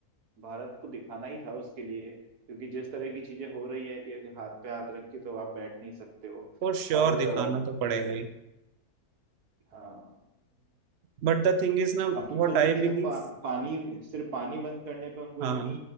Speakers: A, on the right (about 80°); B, on the right (about 65°).
A: भारत को दिखाना ही था उसके लिए क्योंकि जिस तरह की चीजें हो रही है कि हाथ पे हाथ रख के तो आप बैठ नहीं सकते हो
B: फॉर श्योर
A: और
B: दिखाना
A: अ,
B: तो पड़ेगा ही
A: हाँ
B: बट द थिंग इज ना व्हाट
A: अब तुम सोचो
B: आई
A: कि सिर्फ
B: बिलीव
A: पा, पानी सिर्फ पानी बंद करने पे उनको
B: हाँ
A: इतनी